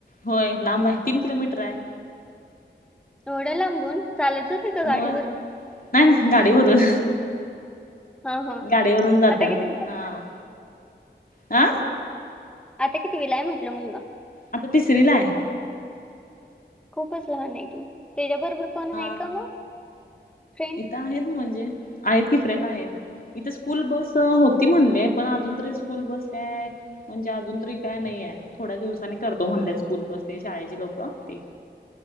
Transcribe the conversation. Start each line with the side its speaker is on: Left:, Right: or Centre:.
Left: होय लांब आहे तीन किलोमीटर आहे
Centre: एवढ्या लांबून चालत जाते का
Left: होय
Centre: गाडीवरून
Left: नाही नाही गाडी भरून ना
Centre: हा हा
Left: गाडीवरून जात्या
Centre: आता किती
Left: हा ह
Centre: आता किती विलाय म्हटलं मुलगा
Left: आता तिसरी ला आहे
Centre: खूपच लहान आहे कि त्याच्याबरोबर कोण
Left: हा
Centre: आहे का मग फ्रेंड
Left: इथं आहेत ना म्हणजे आहेत कि फ्रेंड आहेत इथ स्कूल बस होती म्हणले पण अजून तरी स्कूल बस कायय म्हणजे अजून तरी काय नाही आहे थोड्या दिवसाांनी करतो म्हणतात स्कूल बस ते शाळेची लोक ते